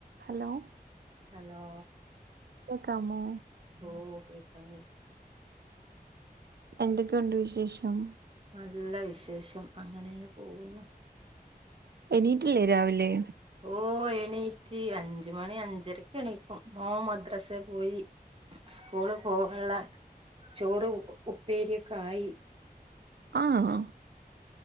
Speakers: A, on the right (about 85°); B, on the right (about 35°).
A: Hello
B: hello
A: കേക്കാമോ?
B: ഓഹ് കേക്കാം കേക്കാ
A: എന്തൊക്കെ ഉണ്ട് വിശേഷം?
B: നല്ല വിശേഷം അങ്ങനേ പോവുന്നു.
A: എണീറ്റില്ലേ രാവിലെ
B: ഓഹ് എണീറ്റി അഞ്ചു മണി അഞ്ചരക്കെണീക്കും മോൻ മദ്രസേ പോയി സ്കൂള് പോവൻള്ളെ ചോറ് ഉപ്പേരിയൊക്കെ ആയി
A: ആഹ്